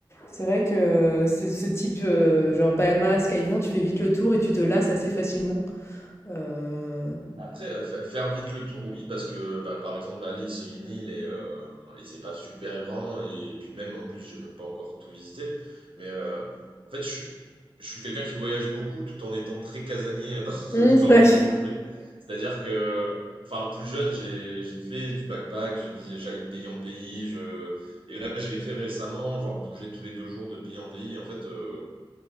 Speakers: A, on the left; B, on the right.
A: c'est vrai que euh, ce ce type, euh, genre Bahamas, Caïmans, tu fais vite le tour et tu te lasses assez facilement. Euh,
B: Mais Après, euh, fa- faire vite le tour, oui, parce que, bah, par exemple, Bali, c'est une île et, euh, et c'est pas super grand. Et puis même, en plus, j'ai même pas encore tout visité. Mais euh, en fait, je, suis- je suis quelqu'un qui voyage beaucoup tout en étant très casanier euh, dans, <laughs>
A: Hum,
B: dans
A: <laughs> ouais.
B: l'endroit où je vais. C'est-à-dire que, enfin, plus jeune, j'ai, j'ai fait du backpack, j'ai visé- j'allais de pays en pays. Je... Et là, je l'ai fait récemment, genre bouger tous les deux jours de pays en pays. Et en fait... euh,